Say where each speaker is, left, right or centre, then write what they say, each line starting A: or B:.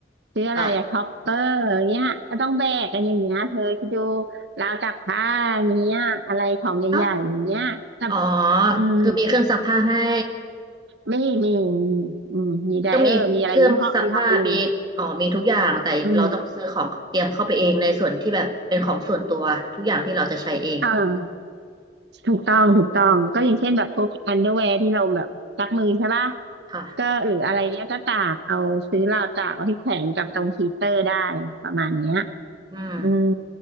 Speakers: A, on the right; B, on the right.
A: ซื้ออะไรอะท็อปเปอร์อย่างเงี้ยก็ต้องแบกกันอย่างเงี้ยเธอคิดดู
B: อ่
A: ราวตากผ้าอย่างเงี้ยอะไรของใหญ่ๆอย่างเงี้ยแต่
B: ะอ๋อ
A: อืม
B: คือมีเครื่องซักผ้าให้
A: ไม่มีอืมมีไดเออร์
B: ก็มีเครื่องซักผ้ามีอ๋อมีทุกอย่างแต่เราต้องซื้อของเตรียมเข้าไปเองในส่วนที่แบบเป็นของส่วนตัวทุกอย่างที่เราจะใช้เอง
A: มีอะไร มีห้องมีห้องบอลลูนอืมอ่า ถูกต้องถูกต้องก็อย่างเช่นแบบพวกอันเดอร์แวร์ที่เราแบบซักมือใช่ป่ะ
B: ค่ะ
A: ก็หรืออะไรเนี้ยก็ตากเอาซื้อราวตากเอาที่แขวนกับตรงฮีตเตอร์ได้ประมาณเนี้ย
B: อืม
A: อืม